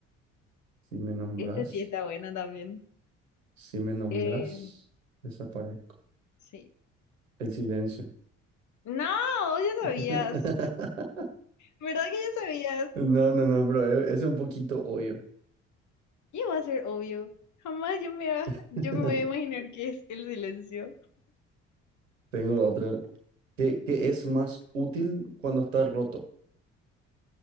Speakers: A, on the right; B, on the left.
A: Si me nombras,
B: Esta sí está buena también.
A: si me nombras,
B: Eh,
A: desaparezco.
B: sí.
A: El silencio.
B: No, ya
A: <laughs>
B: sabías. ¿Verdad que ya sabías?
A: No, no, no, pero e- ese es un poquito obvio.
B: ¿Qué va a ser obvio? Jamás yo me, va-
A: <laughs>
B: yo me voy a imaginar qué es el silencio.
A: Tengo otro. ¿Qué, qué es más útil cuando está roto?